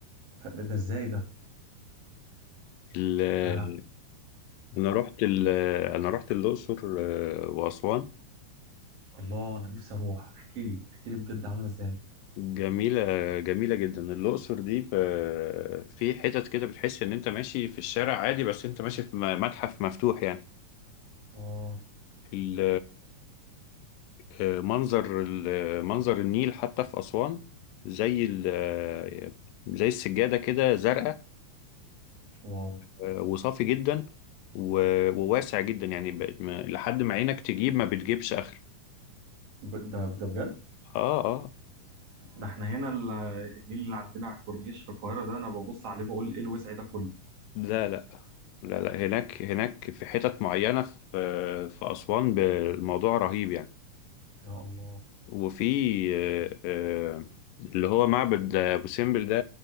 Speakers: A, on the right (about 50°); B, on the left (about 85°).
A: فده ده ازاي ده
B: ال-
A: ف
B: انا رحت ال- انا رحت الاقصر آه، واسوان
A: الله انا نفسي اروح احكي لي احكي لي بجد عامله ازاي
B: جميله جميله جدا الاقصر دي في في حتت كده بتحس ان انت ماشي في الشارع عادي بس انت ماشي في م- متحف مفتوح يعني
A: اه
B: ال- آه، منظر ال- آه، منظر النيل حتى في أسوان زي ال- آه، زي السجادة كده زرقاء
A: واو
B: آه، وصافي جدا و- وواسع جدا يعني ب- ما- لحد ما عينك تجيب ما بتجيبش آخر
A: ب- ده ده بجد
B: اه اه
A: ده احنا هنا ال- النيل اللي عندنا على الكورنيش في القاهره ده انا ببص عليه بقول ايه الوسع ده كله
B: لا لا لا لا هناك هناك في حتت معينة في في أسوان ب- الموضوع رهيب يعني
A: يا الله
B: وفي آه، آه، اللي هو معبد أبو سمبل ده